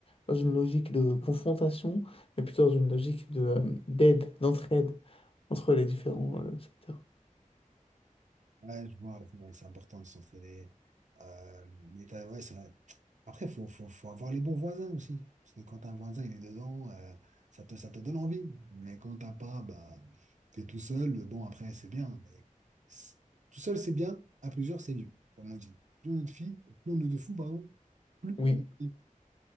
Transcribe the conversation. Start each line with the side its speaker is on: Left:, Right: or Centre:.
Left: dans une logique de confrontation, mais plutôt dans une logique de, euh, d'aide, d'entraide entre les différents euh, secteurs.
Right: Ouais, je vois, c'est vrai, c'est important de s'entraider. Euh, mais t'as- ouais, c'est vrai. Après, faut, faut, faut avoir les bons voisins aussi. Parce que quand un voisin, il est dedans, euh, ça te, ça te donne envie. Mais quand t'as pas, bah, t'es tout seul. Bon, après, c'est bien. Mais c'est- tout seul, c'est bien. À plusieurs, c'est mieux, comme on dit. Plus on est de filles, plus on est de fous, pardon, plus
Left: Oui.
Right: on est.